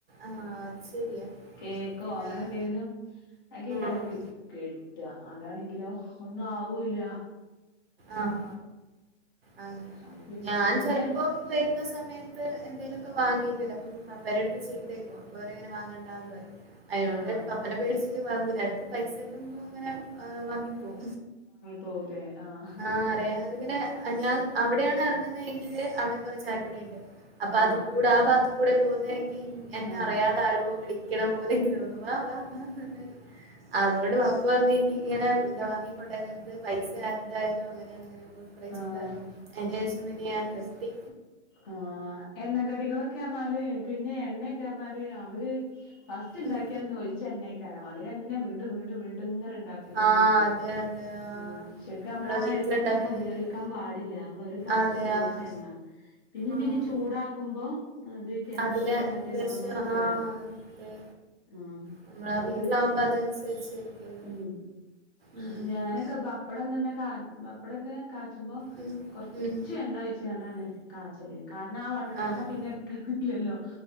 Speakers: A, on the right (about 55°); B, on the left (about 20°).
A: ആഹ് അത് ശരിയാ
B: കേക്കോ അങ്ങനെന്തേലും
A: ആഹ്
B: ക്കെക്കാരം
A: ആഹ്
B: കിട്ട അതാണെങ്കിലൊ ഒന്നു ആവൂല്ല
A: ആഹ് അങ്ങനെ
B: അപ്പൊ പിന്നെ
A: ഞാൻ
B: പിന്നെ
A: ചെൽപ്പൊ വര്ന്ന സമയത്ത് എന്തേലൊക്കെ വാങ്ങീട്ട് വരും അപ്പൊ പപ്പേരട്ത്ത്ന്ന് ചീത്തേക്കും പപ്പ പറയും ഇങ്ങനെ വാങ്ങണ്ടാന്ന് പറയും അയിനോണ്ട്
B: ആഹ്
A: പപ്പനെ പേടിച്ചിട്ട് വാങ്ങൂല എടക്ക് പൈസ കിട്ടുമ്പൊ ഇങ്ങനെ ആഹ് വാങ്ങിക്കും
B: പോവുലേ ആഹ്
A: ആഹ്, അറിയാതങ്ങനെ ഞാൻ അവിടെയാണ് എറങ്ങ്ന്നെ എങ്കില് അവിടെ കൊറേ ചായപ്പൊടിയിണ്ട് അപ്പൊ
B: ആഹ്
A: അത് കൂടെ ആ ഭാത്ത് കൂടെ പോവുന്നെങ്കി എന്നെ
B: ആഹ്
A: അറിയാത ആരോ വിളിക്കണ പോലെ ഇൻക്ക് തോന്നും വ വാ വാ പർഞാണ്ട് അതോണ്ട്, പപ്പ പ്പ പറഞ് ഇനിയിങ്ങനെ വാങ്ങിക്കൊണ്ടരരുത് പൈസ ആര്‌തെ ആയാലും അങ്ങനെയാണ് എന്നെ കൊറേ ചീത്തർഞ്ഞു
B: ആഹ്
A: അയിന്റെ ശേഷം പിന്നെ ഞാൻ നിർത്തി
B: ആഹ് എണ്ണക്കടികളൊക്കെ അർഞ്ഞാല് പിന്നെ എണ്ണെക്കർഞാല് അവര് ഫസ്റ്റ് ഇണ്ടാക്കിയന്ന്,
A: ഉം
B: ഒഴി ച്ച എണ്ണയ്ക്കാരം അതിലെന്നെ വീണ്ടും വീണ്ടും വീണ്ടും ഇങ്ങനെണ്ടാക്കി ഇണ്ടാക്കി കൊണ്ടിരിക്കും
A: ആഹ്
B: ശരിക്കും
A: അതെ അതെ
B: കൊണ്ടിരിക്കെ
A: ആഹ്
B: മ് ശരിക്കും
A: നമ്മളെ
B: നമ്മള് ആ
A: വീട്ടിലുണ്ടാക്കുന്നരില്ല
B: എണ്ണ പിന്നെ ഉപയോഗിക്കാൻ പാടില്ല. നമ്മള് ഒരു പ്രാ
A: അതെ
B: ശ്യം ഉപയോഗിച്ച
A: ആഹ്
B: എണ്ണ പിന്നിം
A: ആഹ്
B: പിന്നിം ചൂടാക്കുമ്പോ അതെ ക്യാൻസറും,
A: അതിലെ
B: മറ്റേ
A: വിഷം
B: രോഗങ്ങളൊക്കെ
A: ആഹ്
B: വെരാണ്
A: അതെ
B: ആഹ്
A: നമ്മളാ
B: അപ്പൊ
A: വീട്ടിലാവുമ്പോ
B: അത്
A: അതനുസരിച്ചിരിക്കല്ലോ
B: ഉം ആ
A: ഉം
B: ഞാനൊക്കെ പ പ്പടം തന്നെ കാ പപ്പടൊക്കെ കാച്ചുമ്പോ
A: ഉം
B: കൊറച്ച്
A: ഉം
B: എണ്ണ ഒഴിച്ചാണ്ടാണ് കാച്ചല് കാരണം ആ വ വെണ്ണ
A: ആഹ്
B: പിന്നെ എടുക്കലില്ലല്ലോ